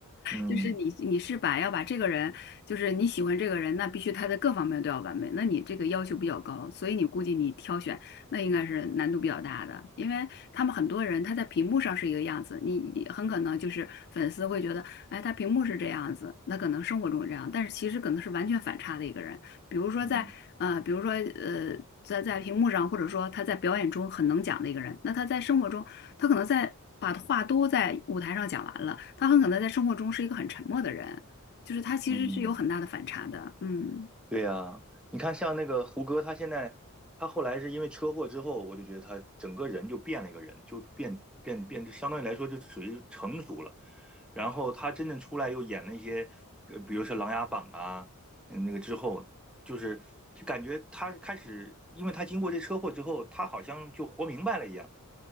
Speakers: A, in the centre; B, on the left.
A: 嗯
B: 就是你你是把要把这个人，就是你喜欢这个人，那必须他在各方面都要完美，那你这个要求比较高，所以你估计你挑选那应该是难度比较大的，因为他们很多人他在屏幕上是一个样子，你很可能就是粉丝会觉得，哎，他屏幕是这样子，那可能生活中是这样，但是其实可能是完全反差的一个人，比如说在呃，
A: 嗯
B: 比如说呃。在在屏幕上，或者说他在表演中很能讲的一个人，那他在生活中他可能在把话都在舞台上讲完了，他很可能在生活中是一个很沉默的人，就是他其实是有很大的反差的，
A: 嗯。
B: 嗯。
A: 对呀，你看像那个胡歌，他现在他后来是因为车祸之后，我就觉得他整个人就变了一个人，就变变变，就相当于来说就属于成熟了。然后他真正出来又演了一些，呃，比如说《琅琊榜》啊，嗯那个之后，就是就感觉他开始，因为他经过这车祸之后，他好像就活明白了一样，